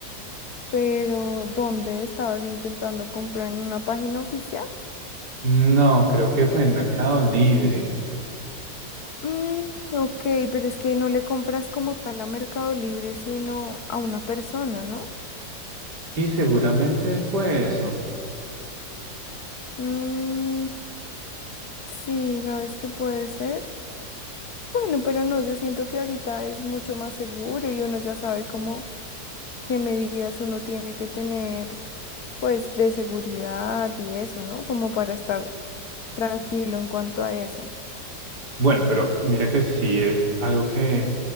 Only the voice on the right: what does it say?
No, creo que fue en Mercado Libre.
Sí, seguramente fue eso.
Bueno, pero mira que sí es algo que